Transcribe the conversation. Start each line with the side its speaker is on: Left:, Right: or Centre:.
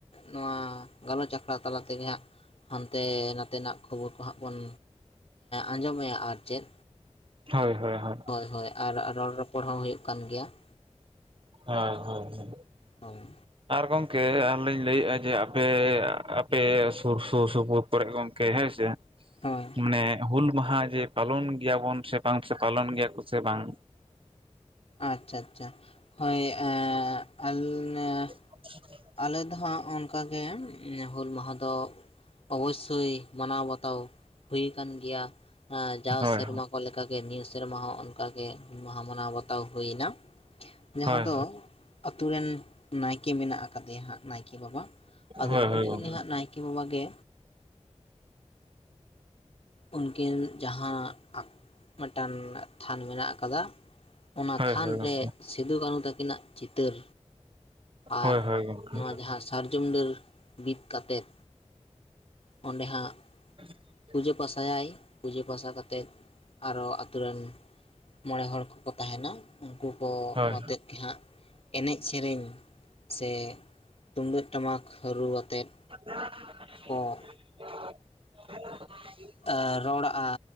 Left: ᱱᱚᱣᱟ ᱜᱟᱞᱚᱪ ᱟᱠᱷᱲᱟ ᱛᱟᱞᱟ ᱛᱮᱜᱮ ᱦᱟᱸᱜ᱾ ᱦᱟᱱᱛᱮ ᱱᱟᱛᱮᱱᱟᱜ ᱠᱷᱚᱵᱚᱨ ᱠᱚ ᱦᱟᱸᱜ ᱵᱚᱱ ᱟᱸᱡᱚᱢᱮᱭᱟ ᱟᱨ ᱪᱮᱫ᱾
Right: ᱦᱳᱭ ᱦᱳᱭ ᱦᱚ
Left: ᱦᱳᱭ ᱦᱳᱭ ᱟᱨ ᱨᱚᱲ ᱨᱚᱯᱚᱲ ᱦᱚᱸ ᱦᱩᱭᱩᱜ ᱠᱟᱱ ᱜᱮᱭᱟ ᱾
Right: ᱦᱳᱭ ᱦᱳᱭ ᱦᱳᱭ
Left: ᱦᱳᱭ᱾
Right: ᱟᱨ ᱜᱚᱝᱠᱮ ᱟᱨᱞᱤᱧ ᱞᱟᱹᱭᱮᱫᱼᱟ ᱡᱮ ᱟᱯᱮ ᱟᱯᱮ ᱥᱩᱨ ᱥᱩᱨ ᱥᱩᱯᱩᱨ ᱠᱚᱨᱮᱜ ᱜᱚᱝᱠᱮ ᱦᱮᱸᱭ ᱥᱮ᱾
Left: ᱦᱳᱭ
Right: ᱢᱟᱱᱮ ᱦᱩᱞ ᱢᱟᱦᱟ ᱡᱮ ᱯᱟᱞᱚᱱ ᱜᱮᱭᱟᱵᱚᱱ ᱥᱮ ᱵᱟᱝ ᱥᱮ ᱯᱟᱞᱚᱱ ᱜᱮᱭᱟ ᱠᱚ ᱥᱮ ᱵᱟᱝ᱾
Left: ᱟᱪᱪᱷᱟ ᱟᱪᱪᱷᱟ ᱦᱳᱭ <unintelligible>
Right: <inaudible>
Left: ᱟᱞᱮ ᱫᱚ ᱦᱟᱸᱜ ᱚᱱᱠᱟᱜᱮ ᱦᱩᱞ ᱢᱟᱦᱟ ᱫᱚ ᱚᱵᱚᱥᱥᱳᱭ ᱢᱟᱱᱟᱣ ᱵᱟᱛ ᱛᱚ ᱦᱩᱭ ᱟᱠᱟᱱ ᱜᱮᱭᱟ ᱮᱸ ᱡᱟᱣ
Right: ᱦᱳᱭ
Left: ᱥᱮᱨᱢᱟ ᱠᱚ ᱞᱮᱠᱟ ᱜᱮ ᱱᱤᱭᱟᱹ ᱥᱮᱨᱢᱟ ᱦᱚᱸ ᱚᱱᱠᱟᱜᱮ ᱢᱟᱦᱟ ᱢᱟᱦᱟ ᱢᱟᱱᱟᱣ ᱵᱟᱛᱟᱣ ᱦᱩᱭᱱᱟ᱾ ᱡᱟᱦᱟᱸ
Right: ᱦᱳᱭ
Left: ᱫᱚ ᱟᱛᱳ ᱨᱮᱱ ᱱᱟᱭᱠᱮ ᱢᱮᱱᱟᱜ ᱟᱠᱟᱫᱮᱭᱟ ᱦᱟᱸᱜ ᱱᱟᱭᱠᱮ ᱵᱟᱵᱟ᱾
Right: ᱦᱳᱭ
Left: ᱟᱫᱚ
Right: ᱦᱳᱭ
Left: ᱩᱱᱤ
Right: ᱜᱚᱢᱠᱮ
Left: ᱩᱱᱤ ᱦᱟᱸᱜ ᱱᱟᱭ ᱠᱮ ᱵᱟᱵᱟ ᱜᱮ ᱩᱱᱠᱤᱱ ᱡᱟᱦᱟᱸ ᱟ ᱢᱤᱫᱴᱟᱝ ᱛᱷᱟᱱ ᱢᱮᱱᱟᱜ ᱟᱠᱟᱫᱟ᱾ ᱚᱱᱟ
Right: ᱦᱳᱭ
Left: ᱛᱷᱟᱱ
Right: ᱦᱳᱭ ᱜᱚᱢᱠᱮ
Left: ᱨᱮ ᱥᱤᱫᱩ ᱠᱟᱹᱱᱩ ᱛᱟᱹᱠᱤᱱᱟᱜ ᱪᱤᱛᱟᱹᱨ ᱟᱨ
Right: ᱦᱳᱭ ᱦᱳᱭ ᱜᱚᱢᱠᱮ
Left: ᱱᱚᱣᱟ ᱡᱟᱦᱟᱸ ᱟᱨ ᱥᱟᱨᱡᱚᱢ ᱰᱟᱹᱨ ᱵᱤᱫᱽ ᱠᱟᱛᱮᱫ ᱚᱸᱰᱮ ᱦᱟᱸᱜ
Right: <inaudible>
Left: ᱯᱩᱡᱟᱹ ᱯᱟᱥᱟᱭᱟᱭᱺ ᱯᱩᱡᱟᱹ ᱯᱟᱥᱟ ᱠᱟᱛᱮᱫ ᱟᱨᱚ ᱟᱛᱳ ᱨᱮᱱ ᱢᱚᱬᱮ ᱦᱚᱲ ᱠᱚ ᱠᱚ ᱛᱟᱦᱮᱱᱟ, ᱩᱱᱠᱩ ᱠᱚ
Right: ᱦᱳᱭ
Left: ᱣᱟᱛᱮᱜ ᱜᱮ ᱦᱟᱸᱜ ᱮᱱᱮᱡ ᱥᱮᱨᱮᱧ ᱥᱮ ᱛᱩᱢᱫᱟᱹᱜ ᱴᱟᱢᱟᱠ ᱨᱩ ᱣᱟᱛᱮᱫ
Right: <unintelligible>
Left: ᱠᱚ
Right: <inaudible>
Left: ᱟ ᱨᱚᱲᱟᱜ-ᱟ᱾